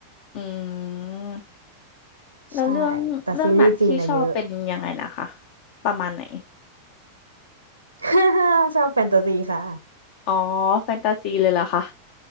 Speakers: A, on the left; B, on the right.
A: อืมแล้วเรื่องเรื่องหนังที่ชอบเป็นยังไงนะคะ
B: ใช่แต่ซีรีส์จีนอะเยอะ
A: ประมาณไหน
B: <laughs> ชอบแฟนตาซีค่ะ
A: อ๋อแฟนตาซีเลยเหรอคะ